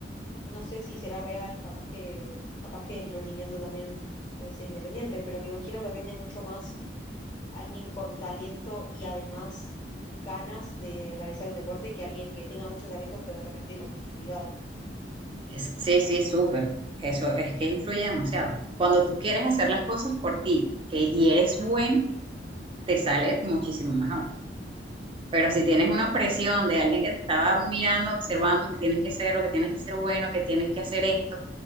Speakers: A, on the left; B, on the right.
A: no sé si será real, capaz que, capaz que el rendimiento también puede ser independiente, pero me imagino que rinde mucho más alguien con talento y además ganas de realizar un deporte que alguien que tenga mucho talento, pero de repente lo está haciendo obligado.
B: Es- sí, sí, súper. Eso es que influye demasiado. Cuando tú quieres hacer las cosas por ti, eh, y eres bueno, te sale muchísimo mejor. Pero
A: Claro,
B: si tienes una presión de alguien que te estaba mirando, observando que tienes que ser lo que tienes que ser bueno, que tienes que hacer esto,